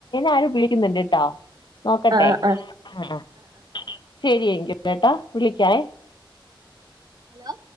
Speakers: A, on the left (about 60°); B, on the right (about 50°).
A: ആരോ വിളിക്കുന്നുണ്ട് ട്ടോ. നോക്കട്ടെ
B: ആഹ് ആഹ്
A: ആഹ് ശരി എങ്കിട്ടെട്ടോ വിളിക്കാവേ.
B: ഹലോ.